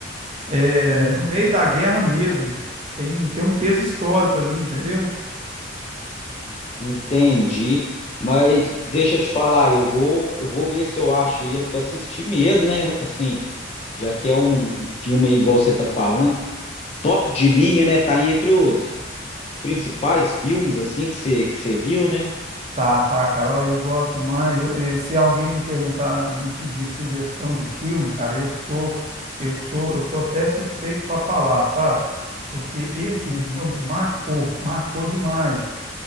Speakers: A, on the right; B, on the left.
A: É,
B: Uhum.
A: no meio da guerra mesmo. Tem, tem um peso histórico ali, entendeu?
B: Entendi, mas deixa eu te falar, eu vou, eu vou ver se eu acho ele para assistir mesmo, né? Assim, já que é um, um filme aí, igual você tá falando, top de linha, né? Tá entre os, os principais filmes assim que você que você viu, né?
A: Tá, tá, cara. ó, eu gosto demais. Eu- eh, se alguém me perguntar, me pedir sugestão de filme, cara, eu sou, eu sou, eu sou até suspeito para falar, sabe? Porque esse
B: Uhum.
A: filme marcou, marcou demais.